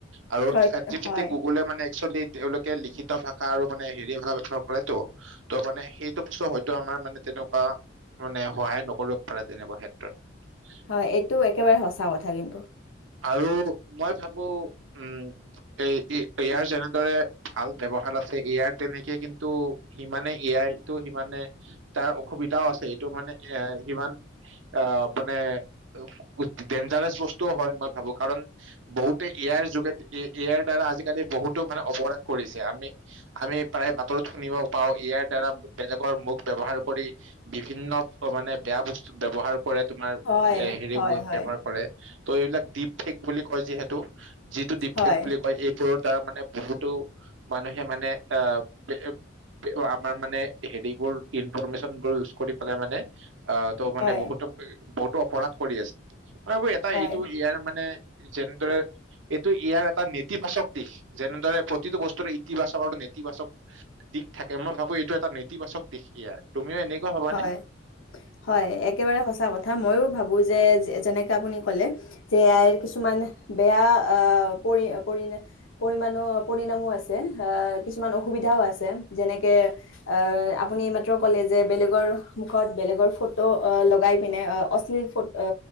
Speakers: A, on the right; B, on the left.
A: আৰু
B: হয়
A: চেট জি পি
B: হয়
A: টি গুগলে মানে একচুৱেলী তেওঁলোকে লিখিত ভাষা আৰু মানে হেৰি ভাষা ব্যৱহাৰ কৰে তো ত মানে সেইটো বস্তু হয়তো আমাৰ মানে তেনেকুৱা মানে সহায় নকৰিব পাৰে তেনেকুৱা ক্ষেত্ৰত।
B: হয় এইটো একেবাৰে সঁচা কথা কিন্তু।
A: আৰু মই ভাবো উম এই ই ইয়াৰ যেনেদৰে ভাল ব্যৱহাৰ আছে ইয়াৰ তেনেকে কিন্তু সিমানে এয়াই এইটো সিমানে তাৰ অসুবিধাও আছে, এইটো মানে এ সিমান আ মানে উ ডেঞ্জাৰাছ বস্তুও হয় ম ভাবো কাৰণ বহুতে এয়াৰ যোগে এ য়াৰ দ্বাৰা আজিকালি বহুতো মানে অপৰাধ কৰিছে আমি আমি প্ৰায় বা ত শুনিব পাওঁ, ইয়াৰ দ্বাৰা বেলেগৰ মুখ ব্যৱহাৰ কৰি বিভিন্ন মানে বেয়া বস্তুত ব্যৱহাৰ কৰে তোমাৰ
B: হয়,
A: হেৰি
B: হয়,
A: বোৰ
B: হয়,
A: বেমাৰ কৰে ত এইবিলাক দিপ ফিক বুলি কয় যিহেতু। যিটো ডিফেক্ট
B: হয়,
A: বুলি কয় এইবোৰত তাৰ মানে বহুতো মানুহে মানে আহ <inaudible> আমাৰ মানে হেৰিবোৰ ইনফৰমেশচন বোৰ ইউজ কৰি পেলাই মানে আ ত মানে
B: হয়,
A: বহুতো বহুতো অপৰাধ কৰি আছে, মানে এটা
B: হয়,
A: এইটো ইয়াৰ মানে জেন্দেৰেত এইটো ইয়াৰ এটা নেতিবাচক দিশ, জেণ্ডাৰে প্ৰতিটো বস্তুৰে ইতিবাচক আৰু নেতিবাচক দিশ থাকে, মই ভাবো এইটো এটা নেতিবাচক দিশ ইয়াৰ, তুমিও এনেকুৱা ভাবানে?
B: হয়। হয় একেবাৰে সঁচা কথা, মইও ভাবো যে যেনেকে আপুনি ক'লে যে এই আ ৰ কিছুমান বেয়া আ আহ পৰি পৰিলে পৰিমাণো পৰিণামো আছে আ কিছুমান অসুবিধাও আছে যেনেকে আ আপুনি এই মাত্ৰ ক'লে যে বেলেগ গৰ মুখত বেলেগৰ ফটো লগাই পিনে অশ্লীল ফো আ